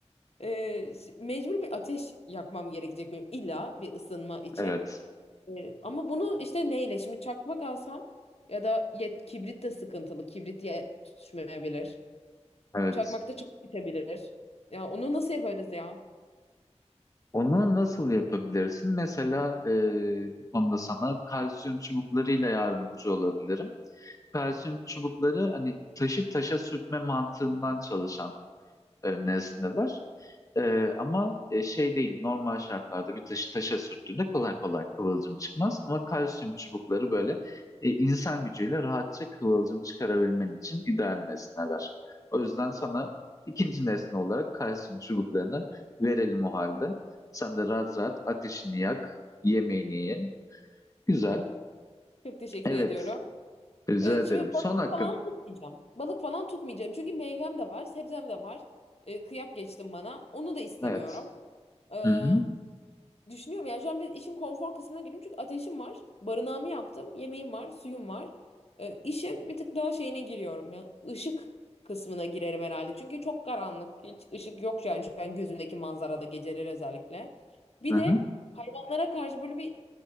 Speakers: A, on the left (about 60°); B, on the left (about 30°).
A: Ee, ş- mecbur bir ateş yakmam gerekecek benim illa bir ısınma için.
B: Evet.
A: Ee, ama bunu işte neyle? Şimdi çakmak alsam ya da yet, kibrit de sıkıntılı. Kibrit ye, tutuşmayabilir.
B: Evet.
A: Çakmak da çabuk bitebilir. Ya onu nasıl yaparız ya?
B: Onu nasıl yapabilirsin? Mesela e, bu konuda sana kalsiyum çubuklarıyla yardımcı olabilirim. Kalsiyum çubukları hani taşı taşa sürtme mantığından çalışan e, neresindeler. E, ama e, şey değil normal şartlarda bir taşı taşa sürttüğünde kolay kolay kıvılcım çıkmaz. Ama kalsiyum çubukları böyle e, insan gücüyle rahatça kıvılcım çıkarabilmen için ideal nesneler. O yüzden sana ikinci nesne olarak kalsiyum çubuklarını verelim o halde. Sen de rahat rahat ateşini yak, yemeğini ye. Güzel.
A: Çok teşekkür
B: Evet,
A: ediyorum.
B: rica
A: Ee,
B: ederim.
A: şimdi
B: Son
A: balık
B: hakkın.
A: falan tutmayacağım. Balık falan tutmayacağım. Çünkü meyvem de var, sebzem de var. Ee, kıyak geçtim bana. Onu da istemiyorum.
B: Evet.
A: Ee,
B: Hı hı.
A: Düşünüyorum yani şu an biraz işim konfor kısmına girdim çünkü ateşim var, barınağımı yaptım, yemeğim var, suyum var. Ee, işin bir tık daha şeyine giriyorum yani ışık kısmına girerim herhalde. Çünkü çok karanlık, hiç ışık yok yani şu an gözümdeki manzarada geceleri özellikle. Bir
B: Hı
A: de
B: hı.
A: hayvanlara karşı böyle bir